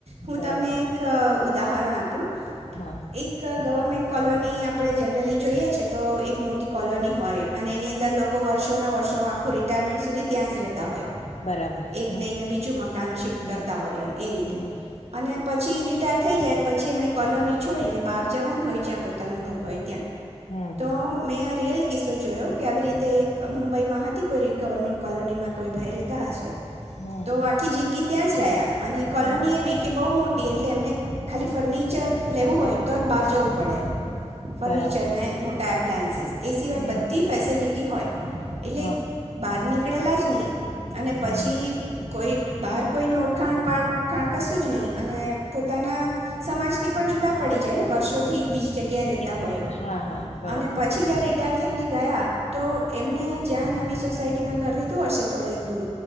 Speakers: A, on the right; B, on the left.
A: હું
B: બરાબર
A: તમને એક ઉદ ઉદાહરણ આપું
B: હા
A: એક ગવર્મેન્ટ કોલોની આપણે જનરલી જોઈએ છે તો એક મોટી કોલોની હોય અને એની અંદર લોકો વર્ષોના વર્ષો આખું રિટાયરમેન્ટ સુધી ત્યાં જ રેત તા હોય
B: બરાબર
A: એક
B: હમ
A: નહીને બીજું મકાન શિફ્ટ
B: હમ
A: કર તા હોય એમ એ રીતે
B: હમ
A: અને પછી રિટાયર થઈ જાય પછી એમને કોલોની છોડીને બહાર જવાનું હોય જ્યાં પોતાનું ઘર હોય ત્યાં.
B: હમ હમ
A: તો રિયલ કિસ્સો જોયો કે આવી રીતે એક મુંબઈમાં હતી કોઈ ગવર્મેન્ટ કોલોનીમાં કોઈ ભ તા હશે
B: હમ
A: તો આખી જિંદગી ત્યાં જ રહા. અને કોલોની
B: હમ
A: એવી કે બહુ મોટી એટલે એમને ખાલી ફર્નિચર લેવું હોય તો જ બહાર જવું પડે. ફર્નિચર
B: બરાબર
A: ને મોટા આપ પ્લાન્સસ. એ સિવાય
B: હમ
A: બધી ફેસિલિટી તીય એટલે
B: હા
A: બારની. ખેડલા જ નં અને પછી
B: હમ હમ
A: કોઈ. બહાર કોઈ નોટ ખાણ પાળખાણ કશું જ નહીં અને પોતાના સમાજથી પણ જુદા પડી જાય ને વર્ષોથી બીજા જગ્યા રહેતા
B: એક
A: હોય
B: જ. હા હા બરાબર
A: અને પછી જયારે રિટાયર થઈને ગયા તો એમને જ્યાં નવી સોસાયટીમાં ઘર લીધું હશે થોડક દૂર